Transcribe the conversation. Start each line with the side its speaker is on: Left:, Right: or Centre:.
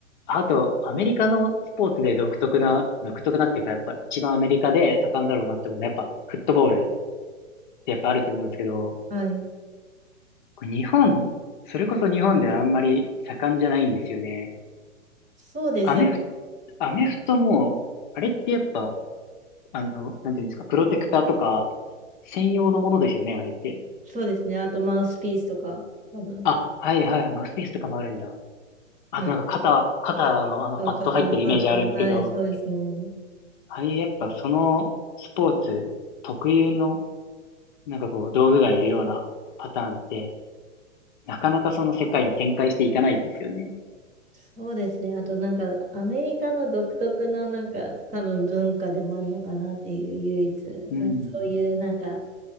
Left: あと、アメリカのスポーツで独特な、独特なっていうか、やっぱ一番アメリカで盛んだろうなって思うのは、やっぱフットボールってやっぱあると思うんですけど、
Right: はい。
Left: これ日本、それこそ日本ではあんまり盛んじゃないんですよね。
Right: そうですよね。
Left: アメフ、アメフトも、あれってやっぱ、あの、なんていうんですか、プロテクターとか、専用のものですよね、あれって。
Right: そうですね。あとマウスピースとか、多分。
Left: あ、はいはい、マウスピースとかもあるんだ。あとなんか肩、
Right: はい。
Left: 肩のあのパッド入ってるイメージあるんですけど、
Right: そう、肩のパッド。はい、そうですね。
Left: ああいうやっぱそのスポーツ特有の、なんかこう、道具がいるようなパターンって、なかなかその世界に展開していかないですよね。
Right: そうですね。あとなんかアメリカの独特のなんか多分文化でもあるのかなっていう唯一、
Left: うん。
Right: なんかそういうなんか、